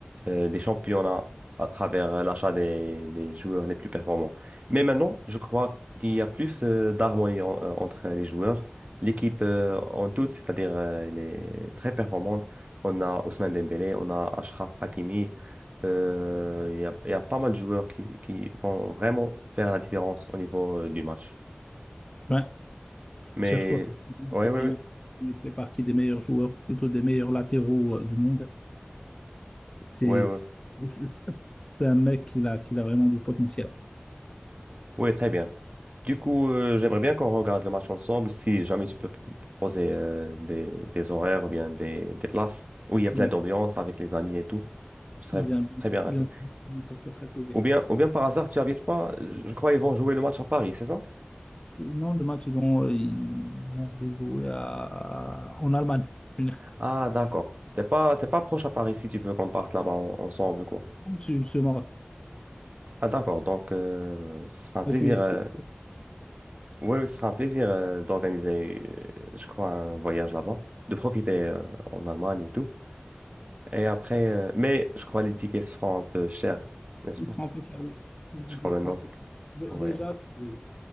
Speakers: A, on the right; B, on the left.
A: euh, des championnats à travers euh, l'achat des, des joueurs les plus performants. Mais maintenant, je crois qu'il y a plus euh, d'harmonie en- euh, entre les joueurs. L'équipe euh, en toute, c'est-à-dire, euh, elle est très performante. On a Ousmane Dembélé, on a Achraf Hakimi. Euh, Il y a, il y a pas mal de joueurs qui, qui vont vraiment faire la différence au niveau euh, du match.
B: Ouais,
A: Mais
B: surtout
A: ouais,
B: Hakimi
A: ouais, ouais,
B: il fait partie des meilleurs joueurs, plutôt des meilleurs latéraux euh, du monde. C'est
A: ouais, ouais,
B: c'est- c'est- c'est un mec qui a, qui a vraiment du potentiel.
A: Ouais, très bien. Du coup, euh, j'aimerais bien qu'on regarde le match ensemble. Si jamais tu peux p- proposer euh, des, des horaires ou bien des, des places où il y a plein
B: Mm.
A: d'ambiance avec les amis et tout, je serais
B: Bien,
A: très bien ravi.
B: bien, ça, ça fait plaisir.
A: Ou bien, ou bien par hasard, tu habites pas? Je crois qu'ils vont jouer le match à Paris, c'est ça?
B: Non, le match, ils vont, euh, ils vont les jouer à, en Allemagne. En Allemagne,
A: Ah, d'accord. T'es pas, t'es pas proche à Paris si tu veux qu'on parte là-bas en- ensemble, quoi.
B: C'est c'est au Maroc.
A: Ah, d'accord. Donc, euh, ce sera un plaisir.
B: Là, tu es,
A: euh,
B: tu-
A: Oui, ce sera un plaisir euh, d'organiser, euh, je crois, un voyage là-bas, de profiter euh, en Allemagne et tout. Et après, euh, mais je crois les tickets seront un peu chers, n'est-ce
B: ils
A: pas?
B: seront un peu fermés, les tickets.
A: Je crois maintenant,
B: seront un peu-
A: c'est-
B: Dé-
A: ouais.
B: Déjà, euh,